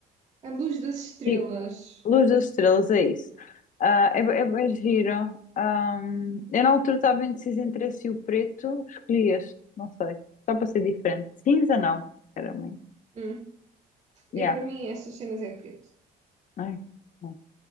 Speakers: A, on the right; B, on the left.
A: A luz das estrelas.
B: Tipo, Luz das Estrelas, é isso. Ah, é, é bem giro. Ahm, eu na altura estava indecisa entre esse e o preto, escolhi este, não sei, só para ser diferente. Cinza não, era meio.
A: Hum.
B: Yeah.
A: Eu, para mim, essas cenas é preto.
B: Ai, não.